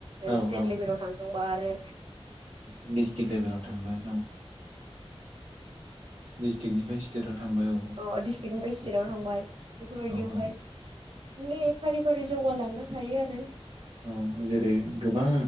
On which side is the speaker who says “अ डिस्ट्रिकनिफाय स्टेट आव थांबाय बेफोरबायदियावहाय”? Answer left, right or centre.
Right